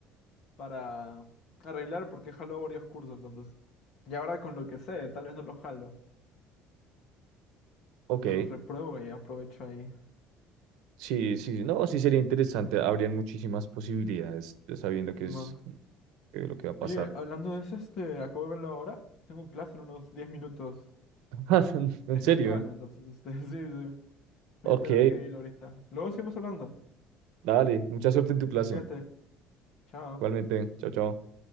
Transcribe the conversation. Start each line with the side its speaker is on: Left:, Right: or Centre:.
Left: para arreglar porque he jalado varios cursos, entonces. Y ahora con lo que sé, tal vez no los jalo,
Right: Ok,
Left: no los repruebo y aprovecho ahí.
Right: sí, sí, no, sí sería interesante, habrían muchísimas posibilidades eh, sabiendo qué
Left: Simón.
Right: es eh, lo que va a pasar.
Left: Oye, hablando de eso, este, acabo de verlo ahora. Tengo clase en unos 10 minutos.
Right: <laughs> En
Left: Es
Right: serio,
Left: virtual, entonces, este, <laughs> sí, sí. Voy
Right: ok,
Left: a tener que ir ahorita. Luego seguimos hablando.
Right: dale, mucha suerte en tu clase.
Left: Fíjate. Chao.
Right: Igualmente, chao, chao.